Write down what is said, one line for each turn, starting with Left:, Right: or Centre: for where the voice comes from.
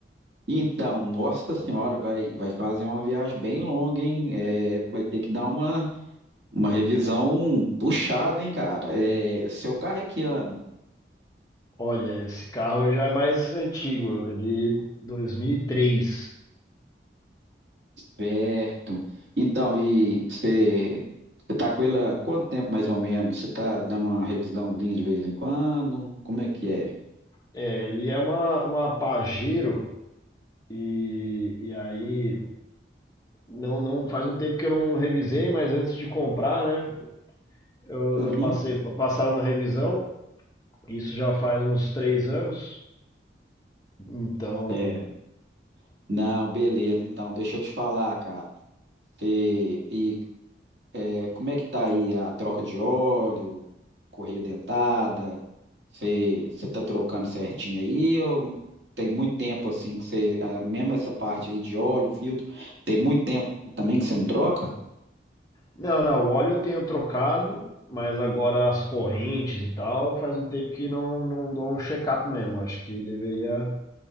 Right: Então, nossa senhora, vai, vai fazer uma viagem bem longa, hein? É, vai ter que dar uma, uma revisão puxada, hein, cara? É, seu carro é que ano?
Left: Olha, esse carro já é mais antigo, ele 2003.
Right: Certo. Então, e você, você tá com ele há quanto tempo, mais ou menos? Você tá dando uma revisãozinha de vez em quando? Como é que é?
Left: É, ele é uma, uma Pajero e, e aí Não, não faz um tempo que eu não revisei, mas antes de comprar, né? Eu,
Right: Uhum.
Left: eu passei, passaram na revisão. Isso já faz uns três anos. Então,
Right: É, não, beleza. Então, deixa eu te falar, cara. Você- E, É, como é que tá aí a troca de óleo, correia dentada? Você você tá trocando certinho aí? Ou tem muito tempo assim que você, ah, mesmo essa parte aí de óleo, filtro, tem muito tempo também que você não troca?
Left: não, não. O óleo eu tenho trocado, mas agora as correntes e tal, faz um tempo que não, não dou um check-up mesmo. Acho que deveria